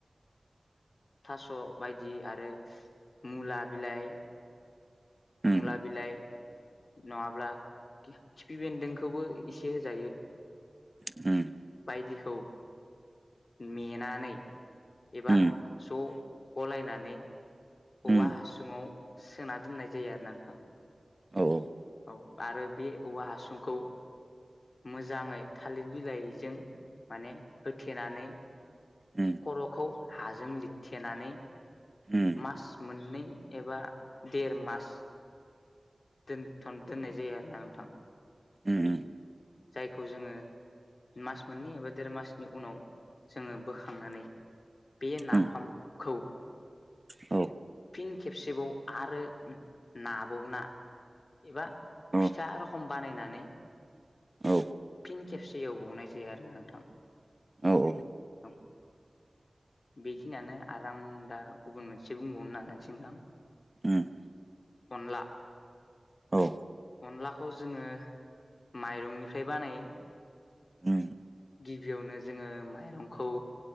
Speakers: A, on the left; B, on the right.
A: थास बायदि आरो मुला बिलाइ।
B: उम
A: मुला बिलाइ। नङाब्ला खिफि बेन्दोंखौबो एसे होजायो।
B: उम्म
A: बायदिखौ मेनानै। एबा
B: उम
A: ज गलायनानै
B: उम
A: औवा हासुङाव। सोना दोननाय जायो आरो ना नोंथां।
B: औ औ।
A: औ आरो बे औवा हासुंखौ। मोजाङै थालिर बिलाइजों माने होथेनानै।
B: उम
A: खरखौ हाजों लिरथेनानै
B: उम
A: मास। मोननै एबा देर मास। दोनथ दोननाय जायो आरोना नोंथां।
B: उम्म उम्म।
A: जायखौ जोङो। मास मोननै एबा देर मासनि उनाव जोङो बोखांनानै। बे नाफामखौ।
B: उम औ
A: फिन खेबसेबाव आरो नाबौना। एबा
B: औ
A: फिथा रखम बानायनानै।
B: औ।
A: फिन खेबसे एवबावनाय जायो आरोना नोंथां।
B: औ औ।
A: औ बेखिनियानो आरो आं दा गुबुन मोनसे बुंबावनो नाजानोसै नोंथां।
B: उम्म।
A: अनला।
B: औ।
A: अनलाखौ जोङो माइरंनिफ्राय बानायो।
B: उम
A: गिबियावनो जोङो माइरंखौ